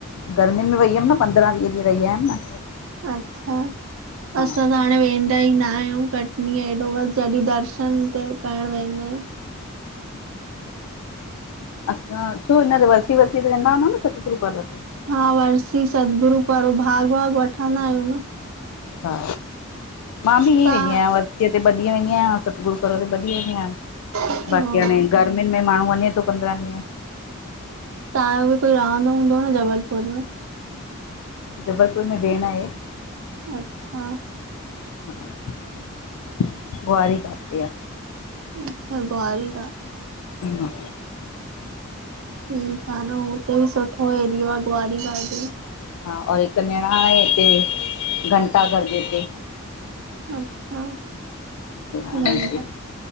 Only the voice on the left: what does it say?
गर्मियुनि में वई हुयमि न पंद्रहं वीह ॾींहं रही आयमि न।
हा
<unintelligible> असां छो हिन वरसी वरसी ते वेंदा हूंदा न सतगुरु पर्व ते।
हा मां बि
इ वेंदी आहियां वर्सीअ ते ॿ ॾींहं वेंदी आहियां। सतगुरू पर्व ते ॿ ॾींहं थी आन
बाक़ी हाणे गर्मियुनि में माण्हू वञे थो पंद्रहं ॾींहं।
जबलपुर में भेण आहे।
ह <unintelligible> आह।
हा।
हा और हिक निरांण ए हिते घंटा घर जे हिते
ह